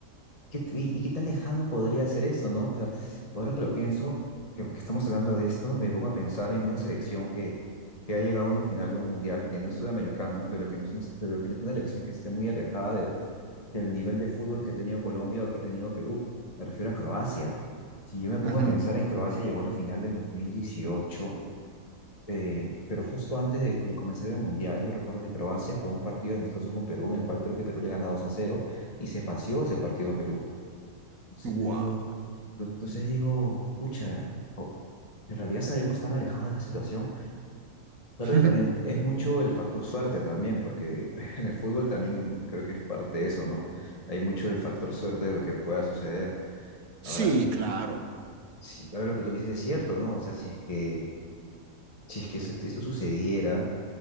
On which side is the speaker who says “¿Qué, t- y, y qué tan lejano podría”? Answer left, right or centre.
Left